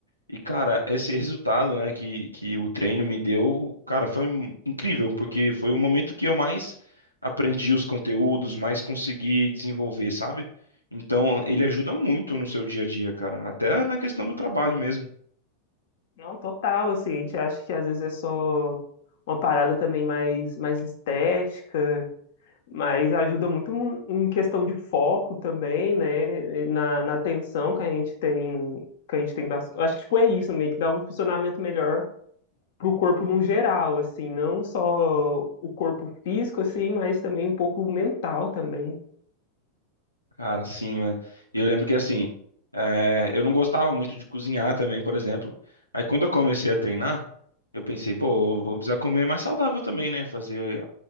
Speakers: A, on the left; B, on the left.
A: E, cara, esse resultado, né, que, que o treino me deu, cara, foi um- incrível, porque foi o momento que eu mais aprendi os conteúdos, mais consegui desenvolver, sabe? Então, ele ajuda muito no seu dia a dia, cara, até na questão do trabalho mesmo.
B: Não, total, assim, a gente acha que às vezes é só uma parada também mais, mais estética, Mas ajuda muito um, em questão de foco também, né? Na, na atenção que a gente tem, que a gente tem das- Acho que tipo, é isso, meio que dá um funcionamento melhor pro corpo no geral, assim, não só o corpo físico, assim, mas também um pouco mental também.
A: Cara, sim, né? Eu lembro que, assim, é, eu não gostava muito de cozinhar também, por exemplo. Aí, quando eu comecei a treinar, eu pensei, pô, eu vou precisar comer mais saudável também, né? Fazer,